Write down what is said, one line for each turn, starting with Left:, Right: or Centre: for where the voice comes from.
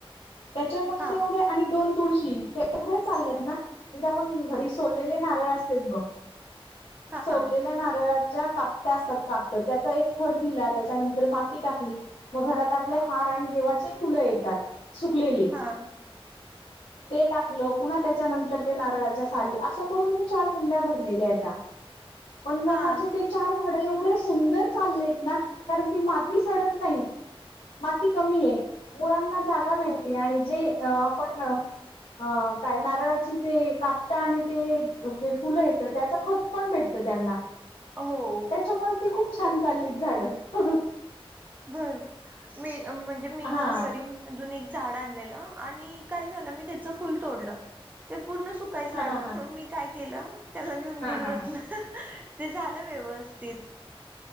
Left: <inaudible> त्याच्यामुळे
Right: हा
Left: ते एवढे आणि दोन तुळशी ते एवढ्या चालल्यात ना आपण घर सोललेले नारळ असतेत, बघ
Right: हा
Left: सोललेल्या नारळात च्या कापट्या असतात. कापटं त्याचा एक थर दिला त्याच्यानंतर माती टाकली. मग घरात आपल्या हार आणि देवाचे फुलं येतात. सुकलेली
Right: हा
Left: ते टाकलं पुन्हा त्याच्यानंतर ते नारळाच साली असं करून मी चार कुंड्या भरलेल्या आहेत्या पण मग
Right: हा
Left: माझ्या ते चार झाड एवढे सुंदर चाललेत, ना कारण ती माती सडत नाही. माती कमी आहे, मुळांना जागा भेटते
Right: हो
Left: आणि जे आपण अ काय नारळाची ते काप आणि ते हे, फुलं येत त्याच खत पण भेटतं त्यांना,
Right: हो,
Left: त्याच्यामुळे ती खूप छान चाललीत झाडं ह ह,
Right: बर मी म्हणजे मी
Left: हा
Right: नर्सरी मधून एक झाड आणलेलं आणि काय झालं मी त्याच फुल तोडलं. ते पूर्ण सुकायचं
Left: हा
Right: लागलं
Left: हा हा
Right: मग मी काय केलं त्याला नेहुन
Left: हा
Right: दूध
Left: हा हा
Right: ओतल. ते झालं व्यवस्थित.